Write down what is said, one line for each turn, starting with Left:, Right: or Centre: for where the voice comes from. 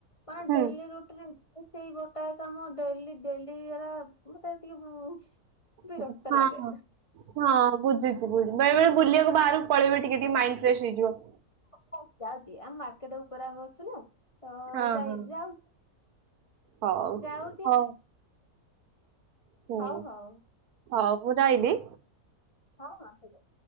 Left: କଣ
Right: ହୁଁ
Left: ଡେଲି ରୁଟରେ ସେଇ ଗୋଟାଏ କାମ ଡେଲି ଡେଲି ହେରା ମତେ ଏତିକି ବିରକ୍ତ
Right: ହଁ ହଁ
Left: ଲାଗେ।
Right: ହଁ ବୁଝୁଛି ବୁଝୁ ବେଳେ ବଳେ ବୁଲିବାକୁ ବାହାରକୁ ପଳେଇବେ ଟିକେ ଟିକେ ମାଇଣ୍ଡ ଫ୍ରେଶ ହେଇଯିବ।
Left: ଯାଉଛି ଯାଉଛି ଆମେ ମାର୍କେଟ ଉପରେ ଆମେ ଅଛୁନା। ତ
Right: ହଁ
Left: ଯାଇ
Right: ହଁ।
Left: ଯାଉଛି
Right: ହଉ
Left: ଯାଉଛି।
Right: ହଉ ହୁଁ
Left: ହଉ ହଉ।
Right: ହଉ ମୁଁ ରହିଲି।
Left: ହଉ ଆସୁଛି।